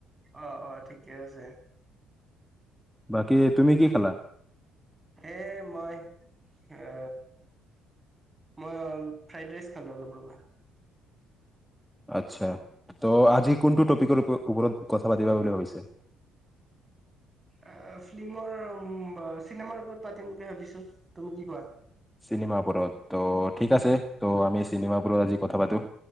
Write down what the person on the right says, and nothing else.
অ অ ঠিকে আছে
এ মই অ মই ফ্ৰাইড ৰাইচ খালো অলপ ৰবা
অ ফিল্মৰ চিনেমাৰ ওপৰত পাতিম বুলি ভাবিছো তুমি কি কোৱা